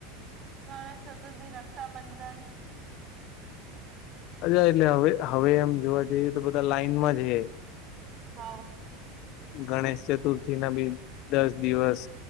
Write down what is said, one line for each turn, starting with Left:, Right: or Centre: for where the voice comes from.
Right: ગણેશ ચતુર્થી રક્ષાબંધન
Left: અને એટલે હવે હવે એમ જોવા જઈએ તો બધા લાાઈનમાં જ રે.
Right: હા
Left: ગણેશ ચતુર્થી ના બી દસ દિવસ